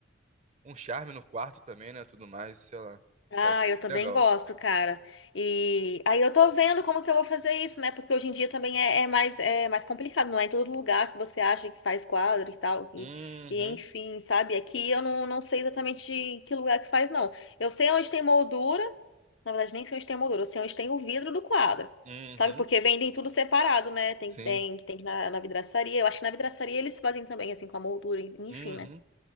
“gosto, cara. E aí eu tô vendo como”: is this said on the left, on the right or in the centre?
Left